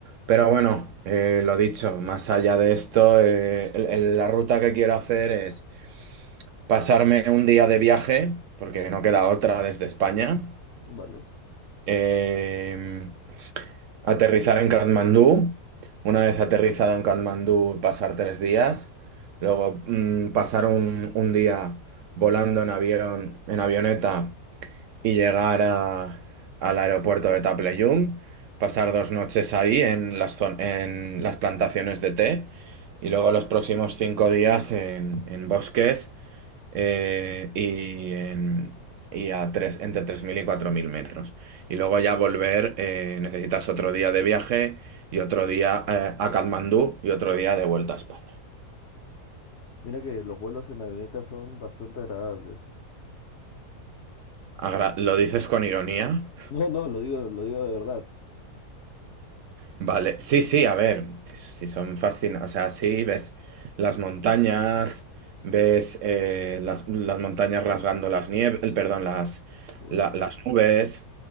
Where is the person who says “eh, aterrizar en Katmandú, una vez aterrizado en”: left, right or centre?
Right